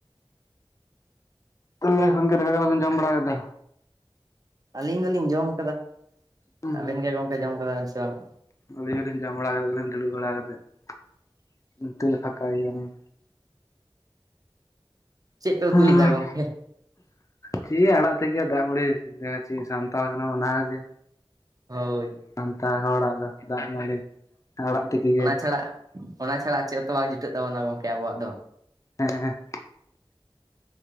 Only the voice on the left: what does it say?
ᱛᱟᱞᱮ ᱜᱚᱝᱠᱮ ᱫᱟᱠᱟ ᱠᱚᱫᱚ ᱵᱮᱱ ᱡᱚᱢ ᱵᱟᱲᱟ ᱠᱮᱫᱟ?
ᱦᱩᱸ
ᱟᱹᱞᱤᱧ ᱦᱚᱸᱞᱤᱧ ᱡᱚᱢ ᱵᱟᱲᱟ ᱠᱟᱛᱮᱜ ᱜᱮ ᱞᱤᱧ ᱫᱩᱲᱩᱵ ᱵᱟᱲᱟ ᱠᱟᱛᱮᱜ <unintelligible> ᱯᱷᱟᱠᱟ ᱜᱮᱭᱟᱞᱤᱧ᱾
ᱦᱮᱸᱻ
ᱪᱤ ᱟᱲᱟᱜ ᱛᱮᱠᱮ ᱫᱟᱜᱽ ᱢᱟᱹᱲᱤ <unintelligible> ᱪᱮᱜ ᱥᱟᱱᱛᱟᱲ ᱠᱟᱱᱟ ᱵᱚᱱ ᱱᱟᱦᱟᱸᱜ ᱡᱮ,
ᱥᱟᱱᱛᱟᱲ ᱦᱚᱲᱟᱜ ᱫᱚ ᱫᱟᱜ ᱢᱟᱹᱲᱤ, ᱟᱲᱟᱜ ᱛᱤᱠᱤ
ᱜᱮ
ᱦᱮᱸᱻ᱾